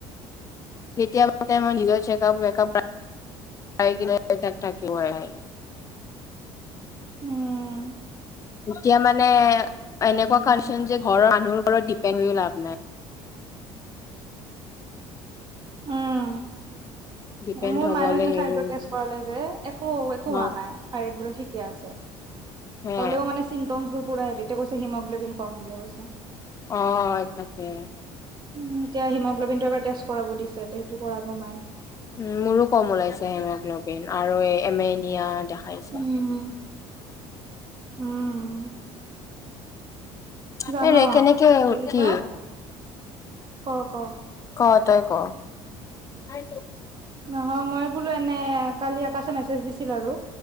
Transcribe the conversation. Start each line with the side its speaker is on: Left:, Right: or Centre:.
Left: <unintelligible> কেতিয়াবা মই নিজৰ চেকআপ ৱেকাপ <unintelligible> পাই কিনে তাই তাত থাকিব যায়।
Right: <inaudible> উম,
Left: এতিয়া মানে এনেকুৱা
Right: উম।
Left: কাৰণচন যে ঘৰৰ মানুহৰ ঘৰত কেনও লাভ নাই
Right: উম।
Left: ডিপেণ্ড
Right: মোৰ
Left: হবলে
Right: মায়ে হেইডনা
Left: হেৰি
Right: থাইৰেডৰ টেষ্ট কৰালে যে একো- একো
Left: অ
Right: হোৱা নাই থাইৰেড বোলে ঠিকে আছে।
Left: হে
Right: হলেও মানে চিমটমছবোৰ পূৰা হেৰিতে এই কৰে হেৰীতে কৈছে হিমগ্লবিন কম বুলি কৈছে।
Left: অহ, তাকে।
Right: উম, এতিয়া হিমগ্ল'বিনটো এবাৰ টেষ্ট কৰাব দিছে সেইটো কৰাব মাই।
Left: উম, মোৰো কম ওলাইছে হেমোগ্লবিন আৰু এমেনিয়া দেখাইছা
Right: উম, উম
Left: তাকে
Right: জান
Left: ৰে কেনেকে
Right: যে
Left: কি
Right: কয় ক ক
Left: ক' ত? তই ক-
Right: নহয় মই বোলো এনে কালি আকাশে মেছেজ দিছিল আৰু